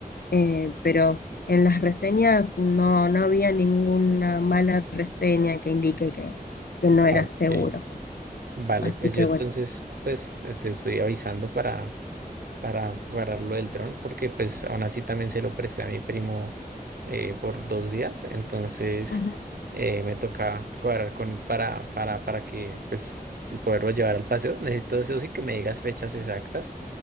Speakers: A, on the left; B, on the right.
A: eh, pero en las reseñas no, no había ninguna mala reseña que indique que, que no era
B: Ah, Ok.
A: seguro.
B: Vale,
A: Así
B: pues
A: que
B: yo entonces
A: bueno,
B: pues eh, te estoy avisando para, para cuadrar lo del dron, porque pues aún así también se lo presté a mi primo eh, por dos días, entonces
A: Ujú.
B: eh, me toca cuadrar con él para, para, para que pues poderlo llevar al paseo. Necesito eso sí que me digas fechas exactas